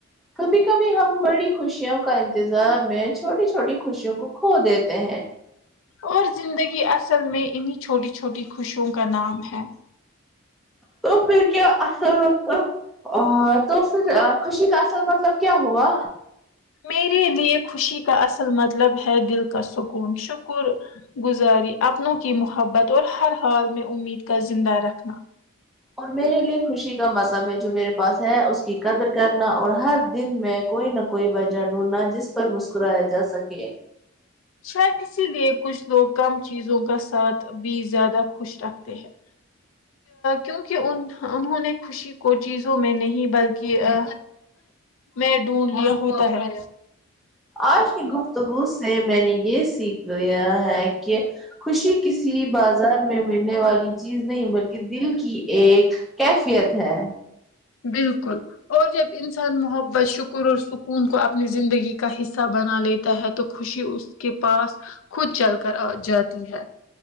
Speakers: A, in the centre; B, on the left.
A: کبھی کبھی ہم بڑی خوشیوں کا انتظار میں چھوٹی چھوٹی خوشیوں کو کھو دیتے ہیں
B: اور زندگی اصل میں انہیں چھوٹی چھوٹی خوشوں کا نام ہے
A: تو پھر کیا اصل ا تو پھر اخوشی کا اصل مطلب کیا ہوا
B: میرے لیے خوشی کا اصل مطلب ہے دل کا سکون شکر گزاری اپنوں کی محبت اور ہر حال میں امید کا زندہ رکھنا
A: اور میرے لیے خوشی کا مطلب ہے جو میرے پاس ہے اس کی قدر کرنا اور ہر دن میں کوئی نہ کوئی وجہ ڈونڈنا جس پر مسکرایا جا سکے
B: شاید اسی لیے کچھ لوگ کم چیزوں کا ساتھ بھی زیادہ خوش رکھتے ہیں کیوںک ان انہوں نے خوشی کو چیزوں میں نہیں بلکہ ا میں ڈھونڈ لیا ہوتا ہے
A: آج کی گفتگو سے میں نے یہ سیکھ لیا ہے کہ خوشی کسی بات بازار میں ملنے والی چیز نہیں بلکہ دل کی ایک کیفیت ہے
B: بالکل اور جب انسان محبت شکر اور سکون کو اپنی زندگی کا حصہ بنا لیتا ہے تو تو خوشی اس کے پاس خود چل کر آ جاتی ہے